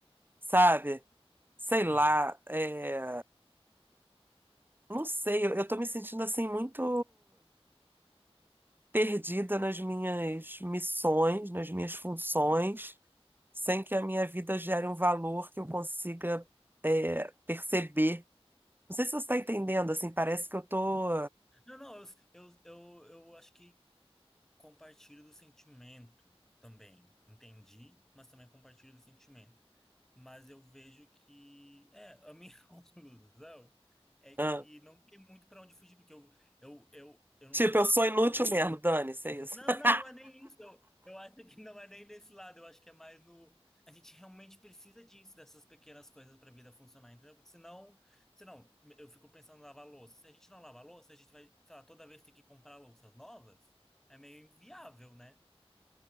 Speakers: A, on the right; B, in the centre.
A: sabe? Sei lá,
B: sim.
A: é, não sei, eu, eu tô me sentindo assim muito perdida nas minhas missões, nas minhas funções, sem que a minha vida gere um valor que eu consiga é, perceber. Não sei se você tá entendendo, assim, parece que eu tô.
B: Não, não, eu, eu, eu, eu acho que compartilho do sentimento também. Entendi, mas também compartilho do sentimento. Mas eu vejo que, é, a minha <laughs> conclusão é que
A: ah,
B: não tem muito para onde fugir, porque eu, eu, eu, eu não
A: tipo,
B: sei,
A: eu sou inútil mesmo, dane-se, é isso.
B: Não,
A: <laughs>
B: não, não é nem isso. Eu, eu acho que não é nem desse lado. Eu acho que é mais no. A gente realmente precisa disso, dessas pequenas coisas para a vida funcionar, entendeu? Porque senão, senão, eu fico pensando em lavar louça. Se a gente não lavar louça, a gente vai, sei lá, toda vez ter que comprar louças novas. É meio inviável, né?